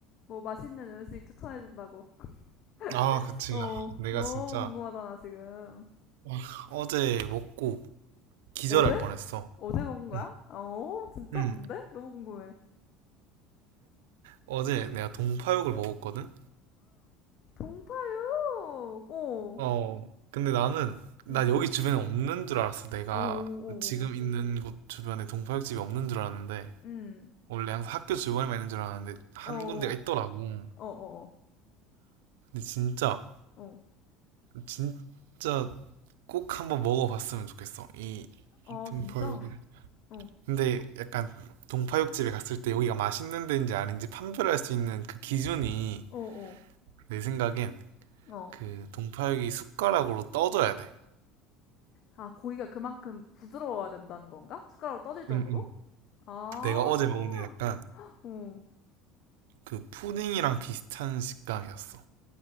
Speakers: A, on the left (about 55°); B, on the right (about 75°).
A: 뭐 맛있는 음식 추천해준다고.
B: 아,
A: <laughs>
B: 그치.
A: 어,
B: 아, 내가
A: 너무
B: 진짜
A: 궁금하잖아, 지금.
B: 아, 어제 먹고 기절할
A: 어제?
B: 뻔했어.
A: 어제 먹은 거야?
B: 응,
A: 아, 어, 진짜
B: 응.
A: 뭔데? 너무 궁금해.
B: 어제 내가 동파육을 먹었거든?
A: 동파육! 어,
B: 어, 근데 나는, 나
A: 응.
B: 여기 주변에 없는 줄 알았어. 내가
A: 어, 어, 어,
B: 지금
A: 어.
B: 있는 곳 주변에 동파육집이 없는 줄 알았는데,
A: 응.
B: 원래 항상 학교 주변에만 있는 줄 알았는데, 한
A: 어, 어,
B: 군데가 있더라고. 근데
A: 어, 어,
B: 진짜,
A: 어. 어,
B: 진짜 꼭 한번 먹어봤으면 좋겠어. 이
A: 아,
B: 동파육을.
A: 진짜? 어,
B: 근데 약간 동파육집에 갔을 때 여기가 맛있는 데인지 아닌지 판별할 수 있는 그 기준이
A: 어, 어,
B: 내 생각엔
A: 어.
B: 그 동파육이 숟가락으로 떠져야 돼.
A: 아, 고기가 그만큼 부드러워야 된다는 건가? 숟가락으로 떠질 정도로?
B: 응, 응.
A: 아,
B: 내가 어제 먹은 게 약간
A: 어.
B: 그 푸딩이랑 비슷한 식감이었어.